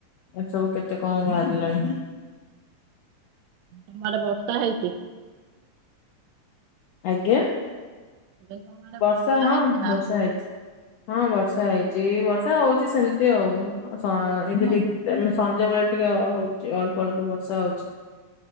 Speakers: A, on the left; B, on the right.
A: ଏସବୁ କେତେ କଣ ବାହାରିଲାଣି।
B: ତମ ଆଡେ ବର୍ଷା ହେଇଛି?
A: ଆଜ୍ଞା
B: ମୁଁ କହିଲି ତମ ଆଡ଼େ
A: ବର୍ଷା ହଁ
B: ହେଇଛି ନା
A: ବର୍ଷା ହେଇଛି। ହଁ ବର୍ଷା ହେଇଛି ବର୍ଷା ହଉଛି ସେମିତି ଆଉ ଏବେ
B: ହଁ
A: ସନ୍ଧ୍ୟା ବେଳେ ଟିକେ ହଉଚ ଅଳ୍ପ ଅଳ୍ପ ବର୍ଷା ହଉଛି।